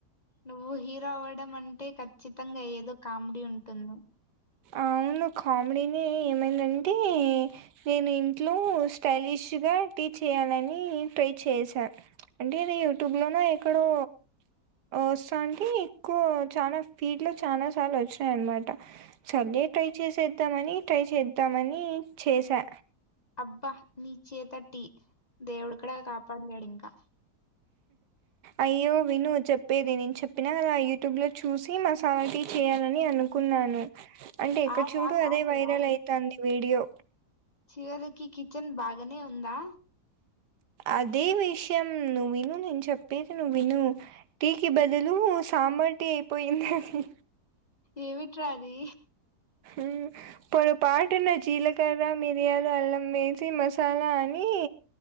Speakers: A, on the left; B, on the right.
A: నువ్వు హీరో అవ్వడం అంటే ఖచ్చితంగా అయ్యేది. ఇందులో కామెడి ఉంటుందా?
B: అవును కామెడీనే ఏమైందంటే నేను ఇంట్లో స్టైలిష్ గా టీ చేయాలని ట్రై చేశా అంటే ఏదో యూట్యూబ్ లోనే ఎక్కడో వస్తాంటే ఎక్కువ చానా ఫీల్డ్లో చానా సార్లు వచ్చినాయనమాట సర్లే ట్రై చేసేద్దాం అని ట్రై చేద్దాం అని చేసా
A: అబ్బా నీ చేేత టీ దేవుడు కూడా కాపాడ్లేడింకా
B: అయ్యో విను చెప్పేది నేను చెప్పినా గదా యూట్యూబ్ ల చూసి మసలా టీ చెయ్యాలని అనుకున్నాను అంటే ఇక్కడ
A: ఆగు
B: చూడు
A: ఆగు
B: అదే
A: ఆగు
B: వైరల్
A: ఆగు.
B: అవుతుంది వీడియో
A: చివరికి కిచెన్ బాగానే ఉందా
B: అదే విషయం నువ్వు విను నేను చెప్పేది నువ్వు విను, టీకి బదులు సాంబార్టీ అయిపోయింది అని
A: ఏమిట్రాది
B: మ్ పొరపాటున జీలకర్ర మిరియాలు అల్లం వేసి మసాలా అని,